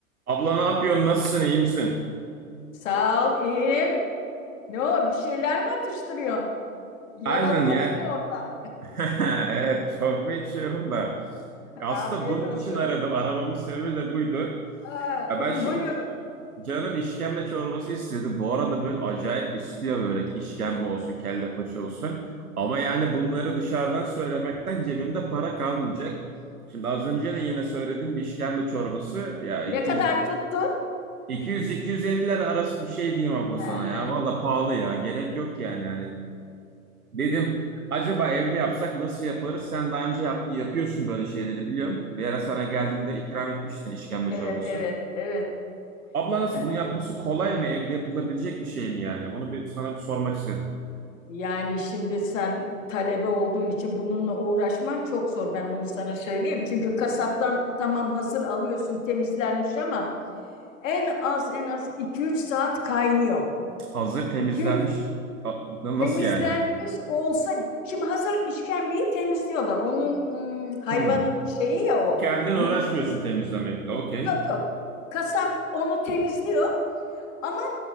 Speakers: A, on the right; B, on the left.
A: Abla ne yapıyorsun? Nasılsın? İyi misin?
B: Sağ ol, iyiyim. Ne o, bir şeyler mi atıştırıyorsun? Yalanıyorsun
A: Aynen ya.
B: orada.
A: <laughs> Evet, çorba içiyorum da.
B: <laughs>
A: E, Aslında
B: Afiyet
A: bunun
B: olsun.
A: için aradım. Aramamın sebebi de buydu.
B: Ha,
A: Ya
B: <laughs>
A: ben şimdi
B: buyur.
A: can- canım işkembe çorbası istedi. Bu arada böyle acayip istiyor böyle işkembe olsun, kelle paça olsun. Ama yani bunları dışarıdan söylemekten cebimde para kalmayacak. Şimdi az önce de yine söylediğim bir işkembe çorbası ya 200
B: Ne kadar tuttu?
A: 200-250 lira arası bir şey diyeyim abla
B: Ha.
A: sana ya. Valla pahalı ya. Gerek yok yani. Yani Dedim acaba evde yapsak nasıl yaparız? Sen daha önce yap- yapıyorsun böyle şeyleri biliyorum. Bir ara sana geldiğimde ikram etmiştin işkembe
B: Evet,
A: çorbası.
B: evet, evet.
A: Abla nasıl
B: evet.
A: bunu yapması kolay mı? Evde yapılabilecek bir şey mi yani? Onu bir sana bir sormak istedim.
B: Yani şimdi sen talebe olduğun için bununla uğraşman çok zor. Ben onu sana söyleyeyim. Çünkü kasaptan tamam hazır alıyorsun temizlenmiş ama en az en az iki üç saat kaynıyor.
A: Hazır temizlenmiş.
B: 2 üç
A: A- Nasıl
B: Temizlenmiş
A: yani?
B: olsa bi- şimdi hazır işkembeyi temizliyorlar. Onun hmm, hayvanın
A: Hmm.
B: şeyi ya o.
A: Kendin
B: Mide
A: uğraşmıyorsun
B: kız
A: temizlemekle. Okey.
B: yok yok. Kasap onu temizliyor ama